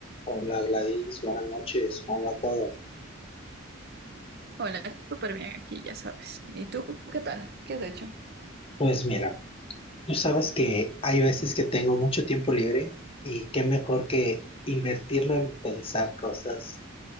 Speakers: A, on the left; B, on the right.
A: Hola Gladys, buenas noches, ¿cómo va todo?
B: Hola, estoy súper bien aquí, ya sabes. ¿Y tú qué tal? ¿Qué has hecho?
A: Pues mira, tú sabes que hay veces que tengo mucho tiempo libre y qué mejor que invertirlo en pensar cosas